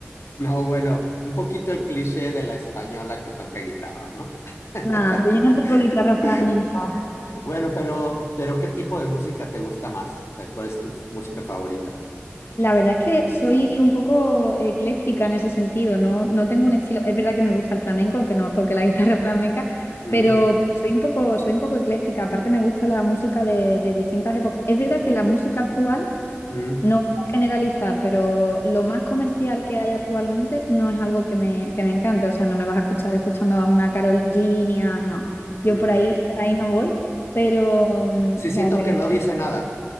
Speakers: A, on the left (about 85°); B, on the left (about 60°).
A: No, bueno, un poquito el cliché de la española que toca guitarra, ¿no? <laughs>
B: Nada, pero yo no toco guitarra flamenca.
A: Bueno, pero, pero ¿qué tipo de música te gusta más? O sea, ¿cuál es tu música favorita?
B: La verdad es que soy un poco ecléctica en ese sentido, no, no tengo un estilo. Es verdad que me gusta el flamenco, aunque no toque la <laughs> guitarra flamenca,
A: Mm,
B: pero, pero soy un poco, soy un poco ecléctica. Aparte me gusta la música de, de distintas épocas. Es verdad que la música actual,
A: mm,
B: no voy a generalizar, pero lo más comercial que hay actualmente no es algo que me, que me encante. O sea, no me vas a escuchar escuchando a una Karol G, ni a- no. Yo
A: mm.
B: por ahí, por ahí no voy, pero mm,
A: Sí, siento
B: o sea, reggaetón
A: que no dice nada.